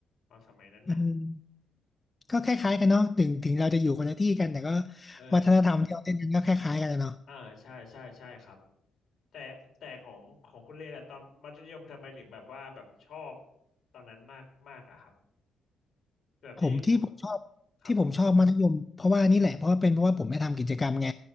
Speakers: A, on the left; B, on the left.
A: ตอนสมัยนั้นนะ
B: อืมก็คล้ายๆกันเนาะถึงถึงเราจะอยู่คนละที่กันแต่ก็
A: เออ
B: วัฒนธรรมที่เราเล่นกันก็คล้ายๆกันอะเนาะ
A: อ่าใช่ใช่ใช่ครับแต่แต่ของของคุณเล่นอะตอนมัธยมทำไมถึงแบบว่าแบบชอบตอนนั้นมากมากอะครับแบบที่พูด
B: ผมที่ผมชอบที่ผมชอบมัธยมเพราะว่านี่แหละเพราะว่าเป็นเพราะว่าผมไม่ทำกิจกรรมไง
A: ครับ